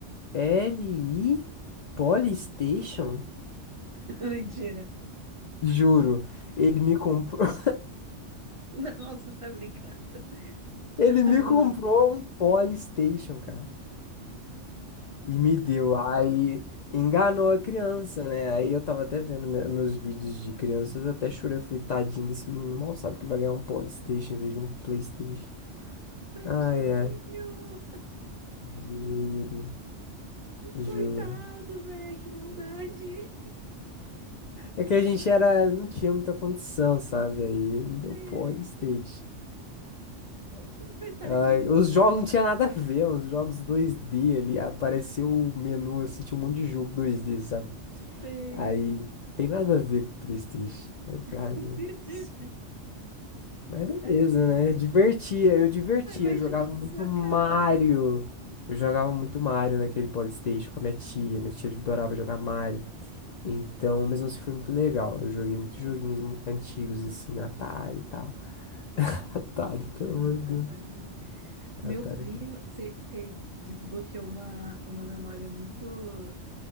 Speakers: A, on the left; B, on the right.
A: LI Polystation?
B: <laughs> Mentira.
A: Juro, ele me comprou. <laughs>
B: Não, você tá brincando.
A: Ele
B: Você tá
A: me
B: zoando.
A: comprou um Polystation, cara. E me deu. Aí enganou a criança, né? Aí eu tava até vendo me- meus vídeos de criança, eu até chorei, eu falei, tadinho desse menino, mal sabe que vai ganhar um Polystation em vez de um PlayStation.
B: Tadinho.
A: Ai, é. Juro, juro.
B: Coitado, velho. Que maldade.
A: É que a gente era, não tinha muita condição, sabe? Aí ele me deu
B: Sei.
A: Polystation.
B: <laughs> Tadinho,
A: Ai, os jogos não tinha nada a ver, uns jogos 2D ali. Apareceu o menu, assim, tinha um monte de jogo 2D, sabe?
B: sei.
A: Aí, tem nada a ver com o PlayStation. Aí, eu
B: <laughs>
A: falei, ai, meu Deus. do céu. Mas beleza,
B: Tadinha.
A: né? Divertia, eu divertia.
B: Tô imaginando
A: Eu jogava muito
B: sua
A: Mario.
B: cara.
A: Eu jogava muito Mario naquele PlayStation com a minha tia. Minha tia adorava jogar Mario. Então, mesmo assim, foi muito legal. Eu joguei muitos
B: Sei.
A: joguinhos mu- antigos, assim, Atari e tal. <laughs> Atari,
B: <laughs>
A: pelo amor de Deus.
B: Atari. Meu
A: Atari.
B: primo,
A: é com-
B: você desbloqueou uma, uma memória muito,